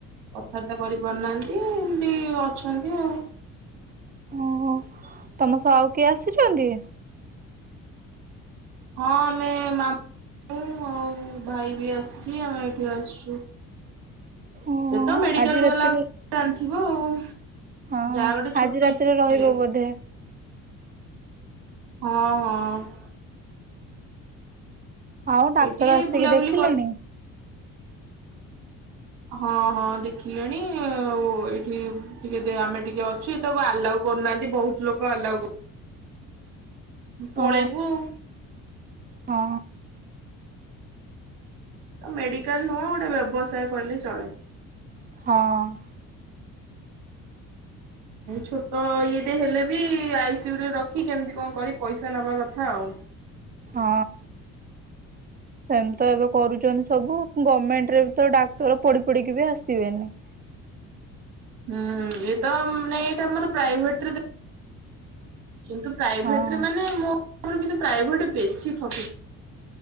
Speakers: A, on the right; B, on the right.
A: କଥାବାର୍ତ୍ତା କରି ପାରୁନାହାନ୍ତି ଏମିତି ଅଛନ୍ତି ଆଉ।
B: ଓହୋ ତମ ସହ ଆଉ କିଏ ଆସିଛନ୍ତି?
A: ହଁ ଆମେ ମାମୁଁ ଆଉ ଭାଇ ବି ଆସିଛି ଆମେ ଏଇଠି ଆସିଛୁ।
B: ଓହୋ
A: ଏ ତ ମେଡିକାଲ
B: ଆଜି ରାତିରେ
A: ବାଲା ଜାଣିଥିବ ଆଉ।
B: ହଁ
A: ଯାହା ଗୋଟେ ଛୋଟ
B: ଆଜି ରାତିରେ
A: <inaudible>
B: ରହିବ
A: ହେଲେ।
B: ବୋଧେ
A: ହଁ ହଁ।
B: ଆଉ ଡାକ୍ତର
A: ଏଇଠି
B: ଆସିକି
A: ବୁଲାବୁଲି
B: ଦେଖିଲେଣି?
A: କରି ହଁ ହଁ ଦେଖିଲେଣି ଆଉ ଏଇଠି ଟିକେ ଦେ ଆମେ ଟିକେ ଅଛୁ ଏ ତାକୁ ଆଲାଓ କରୁନାହାନ୍ତି ବହୁତ ଲୋକ ଆଲାଉ କ
B: ହଁ
A: ପଳେଇବୁ ଆଉ।
B: ହଁ
A: ତ ମେଡିକାଲ ନୁହଁ ଗୋଟେ ବ୍ୟବସାୟ କହିଲେ ଚଳେ।
B: ହଁ।
A: ଛୋଟ ଇଏଟେ ହେଲେ ବି ଆଇସିୟୁ ରେ ରଖି କେମିତି କଣ କରି ପଇସା ନବା କଥା ଆଉ।
B: ହଁ। ସେମତି ଏବେ କରୁଛନ୍ତି ସବୁ ଗମେଣ୍ଟରେ ବି ତ ଡାକ୍ତର ପଡି ପଡିକି ବି ଆସିବେନି।
A: ହୁଁ ଇଏ ତ ନାଇଁ ଏଇଟା ଆମର ପ୍ରାଇଭେଟ ରେ ଦେ କିନ୍ତୁ ପ୍ରାଇଭେଟ୍
B: ହଁ
A: ରେ ମାନେ ମୋ <inaudible> ପ୍ରାଇଭେଟ୍ ବେଶୀ ଠକୁ